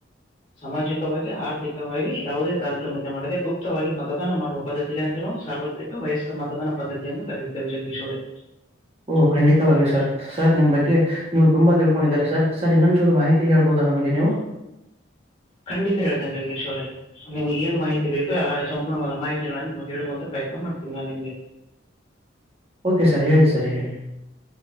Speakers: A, on the left; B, on the right.
A: ಸಾಮಾಜಿಕವಾಗಿ ಆರ್ಥಿಕವಾಗಿ ಯಾವುದೇ ತಾರತಮ್ಯತೆ ಮಾಡಿದೆ ಗುಪ್ತವಾಗಿ ಮತ್ತೆ ಮತದಾನ ಮಾಡುವ ಪದ್ಧತಿಗೆಏನಂತ ಸಾರ್ವತ್ರಿಕ ವಯಸ್ಕ ಮತದಾನ ಪದ್ಧತಿ ಎಂದು ಕರೆಯುತ್ತೇವೆ ಜಗದೀಶ್ ಅವ್ರೇ
B: ಓ ಖಂಡಿತವಾಗ್ಲಿ ಸರ್ ಸರ್ ನಿಮ ಬಗ್ಗೆ ನೀವು ತುಂಬಾ ತಿಳ್ಕೊಂಡಿದಿದ್ದಾರೆ ಸರ್ ಸರ್ ಇನ್ನೊಚೂರು ಮಾಹಿತಿ ಹೇಳ್ಬವುದು ನಮಗೆ ನೀವು
A: ಖಂಡಿತ ಹೇಳ್ತನೆ ಜಗದೇಶ್ ಅವರೇ ನಿಮ್ಗ್ ಏನ್ ಮಾಹಿತಿ ಬೇಕು ಸಂಪೂರ್ಣವಾದ ಮಾಹಿತಿಗಳನ್ನ ನಿಮಗೆ ಹೇಳುವಂತ ಪ್ರಯತ್ನ ಮಾಡ್ತೀನಿ ನಾನ್ ನಿಮ್ಗೆ
B: ಓಕೆ ಸರ್ ಹೇಳಿ ಸರ್ ಹೇಳಿ